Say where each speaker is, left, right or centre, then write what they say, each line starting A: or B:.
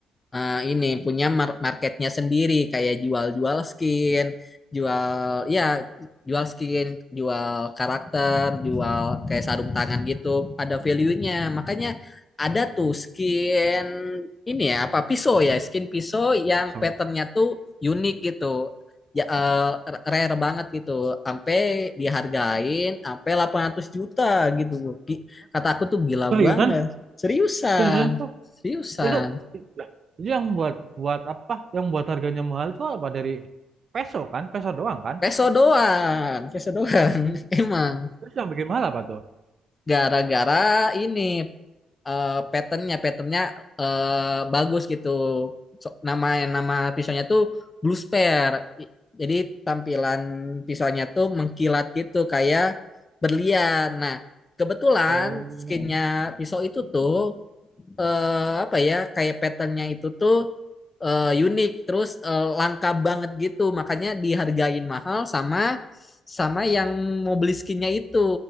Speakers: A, on the left; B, on the right.
A: eh, ini punya mar- marketnya sendiri kayak jual-jual skin, jual ya jual skin, jual karakter, jual kayak sarung tangan gitu, ada value-nya. Makanya ada tuh skin ini ya apa pisau ya, skin pisau yang
B: So.
A: patternnya tuh unik gitu. Ya, eh, rare banget gitu, sampai dihargain sampai 800 juta gitu. Gi- Kata aku tuh gila
B: Seriusan?
A: banget. Seriusan,
B: Seriusan itu
A: seriusan.
B: itu Lah, itu yang buat buat apa? Yang buat harganya mahal itu apa dari peso kan? Peso doang kan?
A: Peso doang, peso doang. <laughs> Emang
B: Terus yang bikin mahal apa tuh?
A: gara-gara ini eh patternnya, patternnya eh, bagus gitu. So- nama nama pisaunya tuh blue spare. I- Jadi tampilan pisaunya tuh mengkilat gitu kayak berlian. Nah, kebetulan
B: Oh,
A: skinnya pisau itu tuh eh, apa ya kayak patternnya itu tuh eh, unik terus eh, langka banget gitu makanya dihargain mahal sama sama yang mau beli skinnya itu